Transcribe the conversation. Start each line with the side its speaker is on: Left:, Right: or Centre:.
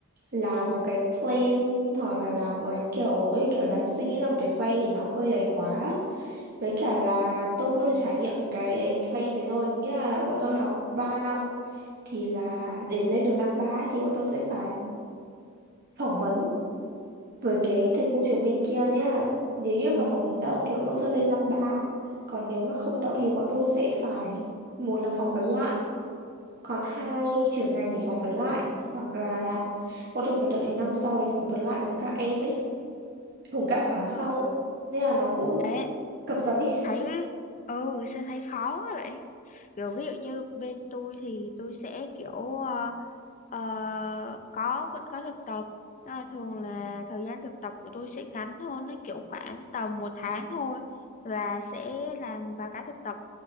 Right: làm một cái plan hoặc là làm một cái kiểu như kiểu là suy nghĩ ra một cái plan thì nó hơi ấy quá với cả là tôi cũng được trải nghiệm cái ấy plan đấy rồi nghĩa là bọn tôi học 3 năm thì là để lên được năm ba ấy thì bọn tôi sẽ phải phỏng vấn với cái thầy cô trường bên kia nhá nếu như mà phỏng vấn đậu thì bọn tôi sẽ lên năm ba còn nếu mà không đậu thì bọn tôi sẽ phải một là phỏng vấn lại còn hai trưởng ngành thì phỏng vấn lại hoặc là bọn tôi phải đợi đến năm sau để phỏng vấn lại cùng các em ý cùng các khóa sau
Left: À,
Right: ý. nên là nó cũng
Left: Ê,
Right: cập dập ý
Left: thấy ừ sao thấy khó quá vậy kiểu ví dụ như bên tôi thì tôi sẽ kiểu ờ, ờ, có vẫn có thực tập Nhưng mà thường là thời gian thực tập của tôi sẽ ngắn hơn nó kiểu khoảng tầm một tháng thôi và sẽ làm báo cáo thực tập